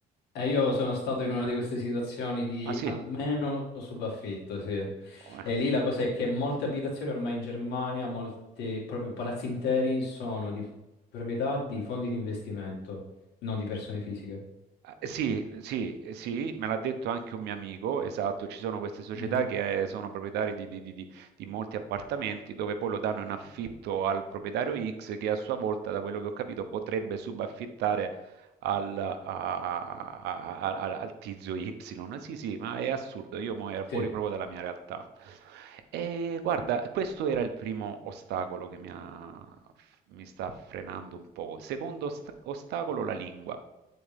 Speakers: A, on the left; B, on the right.
A: E io sono stato in una di queste situazioni di
B: Ah sì?
A: almeno subaffitto, sì.
B: Oh, eh.
A: E lì la cosa è che molte abitazioni ormai in Germania, molti proprio palazzi interi sono di proprietà di fondi di investimento, non di persone fisiche.
B: Eh, Sì, l- sì, eh, sì, me l'ha detto anche un mio amico, esatto, ci sono queste società
A: Mhm.
B: che eh, sono proprietari di, di- di- di- di molti appartamenti dove poi lo danno in affitto al proprietario X che a sua volta, da quello che ho capito, potrebbe subaffittare al, a- a- a- a- al tizio Y. Sì, sì, ma è assurdo, io mo ero fuori
A: Sì.
B: proprio dalla mia realtà. E guarda, questo era il primo ostacolo che mi, ha- mi sta frenando un po'. Secondo ost- ostacolo, la lingua.